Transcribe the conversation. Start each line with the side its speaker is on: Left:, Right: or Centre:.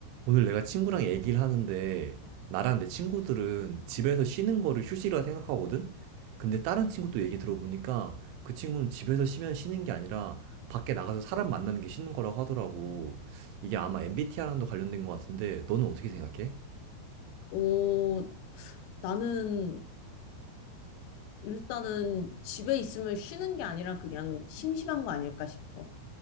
Right: 오늘 내가 친구랑 얘기를 하는데 나랑 내 친구들은 집에서 쉬는 거를 휴식이라 생각하거든? 근데 다른 친구도 얘기 들어보니까 그 친구는 집에서 쉬면 쉬는 게 아니라 밖에 나가서 사람 만나는 게 쉬는 거라고 하더라고. 이게 아마 MBTI랑도 관련된 것 같은데 너는 어떻게 생각해?
Left: 어, 나는 일단은 집에 있으면 쉬는 게 아니라 그냥 심심한 거 아닐까 싶어.